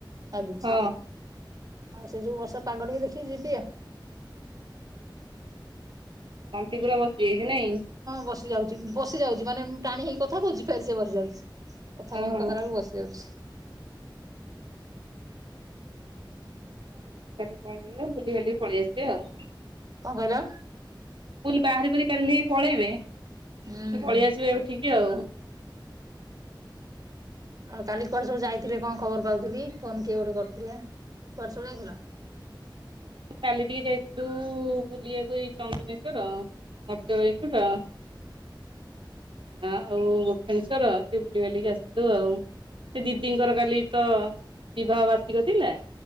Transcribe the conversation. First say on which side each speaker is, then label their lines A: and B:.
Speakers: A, on the right; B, on the right.
A: ଭାବିଛି।
B: ହଁ
A: ଆଉ ସେ ଯୋଉ ବର୍ଷ ପାଗ ଟିକେ ଦେଖିକି ଯିବି ଆ।
B: ଟନ୍ତିପୁରା ବସିଯାଇଛି। ନାଇ।
A: ବସି ଯାଉଛି ବସି ଯାଉଛି ମାନେ ଟାଣି ହେଇକି କଥା କହୁଛି ଫେରସେ ବସିଯାଉଛି। କଥା
B: ଓହୋ
A: ବନ୍ଦ କରି ଦେଲା ବେଳକୁ ବସି ଯାଉଛି।
B: <unintelligible> କାଲି ପଳେଇବେ ବୁଲିିବାଲିକି ପଳେଇ ଆସିବେ ଆଉ।
A: କଣ କହିଲ?
B: ଫୁଲ ବାହାର ବୁହୁରି କରିଲେ ଏ ପଳେଇବେ। ପୁଣି
A: ହୁଁ।
B: ପଳେଇ ଆସିବେ ଏଠିକି। ତି ଆଉ।
A: ଆଉ କାଲି କୁଆଡେ ସବୁ ଯାଇଥିଲ କଣ ଖବର ପାଉଥିଲି ଫୋନ କିଏ ଗୋଟେ କରିଥିଲା କୁଆଡେ ସବୁ ଯାଇଥିଲ?
B: କାଲି ଟିକେ ଯାଇଥିଲୁ ବୁଲିବାକୁ ଏଇ ଚନ୍ଦନେଶ୍ଵର ଗୁପ୍ତେଶ୍ୱର। ଆଉ ଗୋଖଣେଶ୍ଵର ଟିକେ ବୁଲିିବାଲିକି ଆସିଲୁ ଆଉ ସେ ଦିଦିଙ୍କର କାଲି ତ ବିବାହ ବାର୍ଷିକ ଥିଲା।